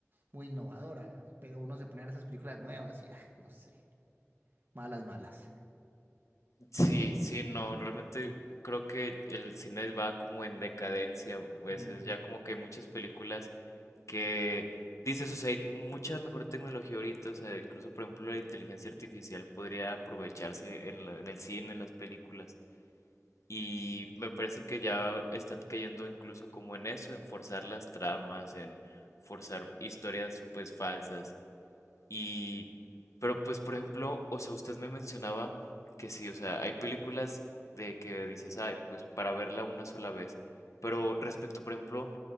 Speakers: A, on the right; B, on the left.
A: muy innovadora, pero uno se pone a ver esas películas nuevas y ah, no sé, malas, malas.
B: Sí, sí, no, realmente creo que el cine va como en decadencia a veces,
A: Ujú.
B: ya como que hay muchas películas que dices, o sea, hay mucha mejor tecnología ahorita, o sea, incluso por ejemplo la inteligencia artificial podría aprovecharse en la- en el cine, en las películas. Y me parece que ya están cayendo incluso como en eso, en forzar las tramas, en forzar historias pues falsas. Y, pero pues por ejemplo, o sea, usted me mencionaba que sí, o sea, hay películas de que dices, ay, pues para verla una sola vez. Pero respecto, por ejemplo,